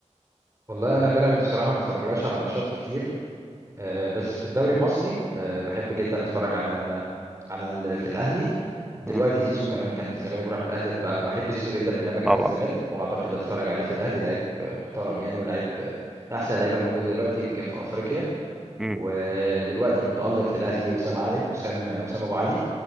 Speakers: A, on the right; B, in the centre.
A: والله أنا بيراميدز بصراحة ما بتفرجلهاش على ماتشات كتير آه، بس في الدوري المصري آه، بحب جدا اتفرج على على ال... في الاهلي دلوقتي
B: مم،
A: زيزو كمان كان في الزمالك وراح الاهلي ب- بحب زيزو جدا من لما كان
B: طبعا
A: في الزمالك واعتقد اتفرج عليه في الاهلي لعيب محترم يعني ولاعيب من احسن اللعيبه الموجوده دلوقتي يمكن في افريقيا
B: مم،
A: ودلوقتي متالق في الاهلي وسام علي وسام وسام ابو علي